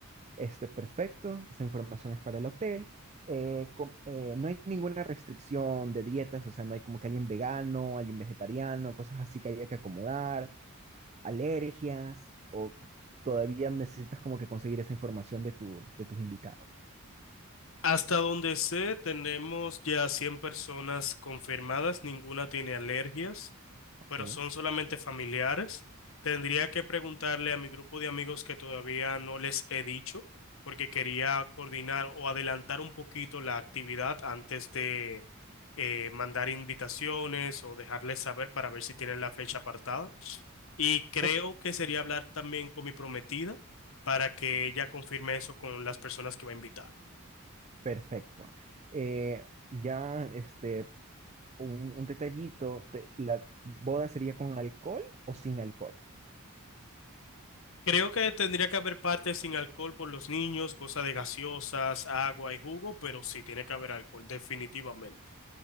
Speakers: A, on the right; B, on the left.
A: este, perfecto. Esa información es para el hotel. Eh, com- eh, no hay ninguna restricción de dietas, o sea, no hay como que alguien vegano, alguien vegetariano, cosas así que haya que acomodar. alergias o todavía necesitas como que conseguir esa información de, tu, de tus invitados.
B: Hasta donde sé, tenemos ya 100 personas confirmadas, ninguna tiene alergias.
A: ¿ok?
B: pero son solamente familiares. Tendría que preguntarle a mi grupo de amigos que todavía no les he dicho, porque quería coordinar o adelantar un poquito la actividad antes de eh, mandar invitaciones o dejarles saber para ver si tienen la fecha apartada. Y creo
A: Ok,
B: que sería hablar también con mi prometida para que ella confirme eso con las personas que va a invitar.
A: Perfecto. Eh, ya, este, un, un detallito, te- ¿la boda sería con alcohol o sin alcohol?
B: Creo que tendría que haber parte sin alcohol por los niños, cosa de gaseosas, agua y jugo, pero sí tiene que haber alcohol, definitivamente.